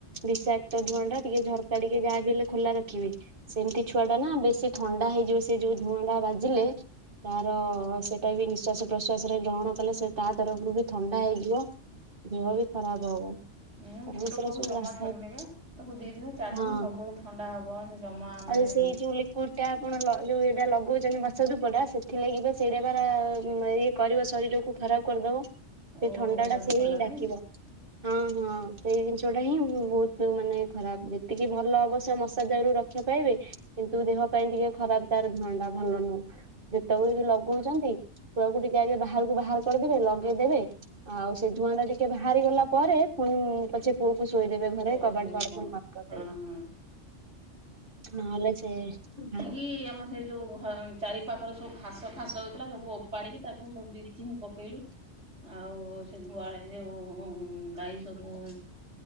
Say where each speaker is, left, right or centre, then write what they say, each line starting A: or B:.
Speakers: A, on the right; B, on the right.
A: ବିଷାକ୍ତ ଧୂଆଁ ଟା ଟିକେ ଝରକା ଟିକେ ଯାହାବି ହେଲେ ଖୋଲା ରଖିବେ। ସେମିତି ଛୁଆ ଟା ନା ବେଶୀ ଥଣ୍ଡା ହେଇଯିବ ସେ ଯୋଉ ଧୁଆଁ ଟା ବାଜିଲେ। ତାର ସେଇଟା ବି ନିଶ୍ୱାସ ପ୍ରଶ୍ୱାସରେ ଗ୍ରହଣ କଲେ ସେ ତା ତରଫରୁ ବି ଥଣ୍ଡା ହେଇଯିବ ଦେହ ବି ଖରାପ ହବ।
B: ମୁଁ
A: କାରଣ
B: ଛୋଟ
A: ସେଟା
B: ପୁଅ କୁ
A: ସବୁ
B: ଜମା
A: ରାସାୟନିକ
B: ଛାଡୁନି ବା। ତାକୁ ଦି ଦିନ ଚାରି
A: ହଁ
B: ଦିନ ସବୁବେଳେ ଥଣ୍ଡା ହବ ସେ ଜମା ମାନେ
A: ଆଉ ସେଇ ଯୋଉ ଲିକୁଇଡ ଟା ଆପଣ ଲ ଯୋଉ ଏଇଟା ଲଗଉଛନ୍ତି ମଶା ଧୂପ ଟା ସେଥିଥିଲାଗି ବା ସେଇଟା ପରା ଇଏ କରିବ ଶରୀରକୁ ଖରାପ୍ କରିଦବ ସେ
B: ଓହୋ
A: ଥଣ୍ଡା
B: ତା
A: ଟା
B: ଧୂଆଁ
A: ସେଇ ହିଁ ଡାକିବ
B: ନାଇଁ କି?
A: ହଁ। ହଁ ହଁ ସେଇ ଜିନିଷ ଟା ହିଁ ବୋହୁତ ମାନେ ଖରାପ୍ ଯେତିକି ଭଲ ଅବଶ୍ୟ ମଶା ଦାଉରୁ ରକ୍ଷା ପାଇବେ। କିନ୍ତୁ ଦେହ ପାଇଁ ଟିକେ ଖରାପ୍ ତାର ଧୂଆଁ ଟା ଭଲ ନୁହେଁ ଯେତେବେଳେ ବି ଲଗୋଉଚନ୍ତି। ଛୁଆ କୁ ଟିକେ ଆଗେ ବାହାରକୁ ବାହାର କରିଦେବେ ଲଗେଇଦେବେ। ଆଉ ସେ ଧୂଆଁ ଟା ଟିକେ ବାହାରି ଗଲା ପରେ ପୁଣି ପଛେ ପୁଅକୁ ଶୋଇଦେବେ ଘରେ
B: ଓହୋ
A: କବାଟ ଫବାଟ
B: ହୋ
A: ପୁଣି ବନ୍ଦ କରିଦେବେ।
B: ହଁ ହଁ।
A: ନହେଲେ ସେ ମାନେ।
B: କି ଆମ ହେଲେ ଯୋଉ ହ ଚାରି ପାାଖରେ ସବୁ ଘାସ ଫାସ ହୋଉଥିଲା ସବୁ ଓପାଡ଼ିକି ତାକୁ ସବୁ ବ୍ଲିଚିଙ୍ଗ ପକେଇଲୁ। ଆଉ ସେ ଗୁହାଳେ ଯୋଉ ଗାଈ ସବୁ ଉଁ